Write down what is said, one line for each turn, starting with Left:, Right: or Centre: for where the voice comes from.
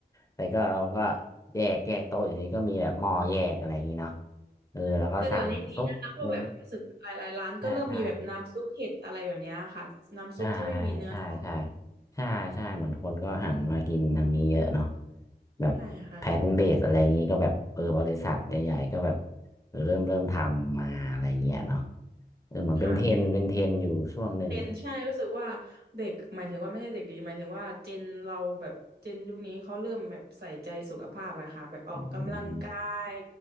Left: แต่ก็เราก็แยกแยกโต๊ะอย่างนี้ก็มีแบบหม้อแยกอะไรอย่างนี้เนาะเออแล้วก็สั่งซุปอะไรอย่างนี้
Right: ใช่แต่เดี๋ยวนี้ดีนะคะเพราะแบบรู้สึกหลายๆร้านก็เริ่มมีแบบน้ำซุปเห็ดอะไรแบบเนี้ยค่ะน้ำซุปที่ไม่มีเนื้อสัตว์
Left: ใช่ใช่ ใช่ใช่ใช่ใช่ใช่เหมือนคนก็หันมากินทางนี้เยอะเนาะแบบแพลนเบสอะไรอย่างนี้ก็แบบเออบริษัทใหญ่ๆก็แบบ
Right: ใช่ค่ะ
Left: เออเริ่มเริ่มทำมาอะไรอย่างเงี้ยเนาะเออเหมือนเป็นเทรนด์เป็นเทรนด์อยู่ช่วงหนึ่ง
Right: ค่ะเป็นใช่รู้สึกว่าเด็กหมายถึงว่าไม่ใช่เด็กดีหมายถึงว่าเจนเราแบบเจนยุคนี้เขาเริ่มแบบใส่ใจสุขภาพกันค่ะแบบออกกำลังกาย
Left: อืม